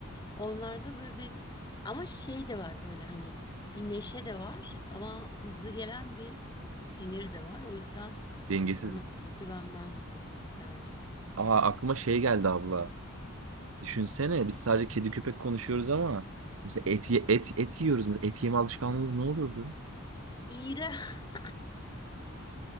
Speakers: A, on the left (about 20°); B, on the right (about 70°).
A: onlarda böyle bir ama şey de var böyle hani bir neşe de var ama hızlı gelen bir sinir de var. O yüzden
B: Dengesiz.
A: onlara hiç güvenmezdim. Evet.
B: Aa aklıma şey geldi abla. Düşünsene biz sadece kedi köpek konuşuyoruz ama mesela et, ye- et, et yiyoruz. Mesela et yeme alışkanlığımız ne olurdu?
A: İğre. <laughs>